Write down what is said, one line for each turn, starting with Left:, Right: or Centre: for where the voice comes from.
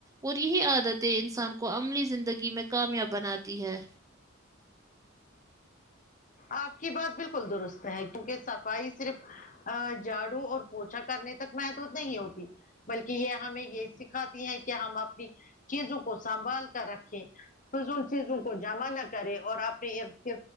Right: اور یہی عادتیں انسان کو عملی زندگی میں کامیاب بناتی ہے
Left: آپ کی بات بالکل درست ہے کیونکہ صفائی صرف ا جھاڑو اور پوچھا کرنے تک محدود نہیں ہوتی بلکہ یہ ہمیں یہ سکھاتی ہے کہ ہم اپنی چیزوں کو سنبھال کر رکھیں فضول چیزوں کو جمع نہ کرے اور آپ نے یہ کہ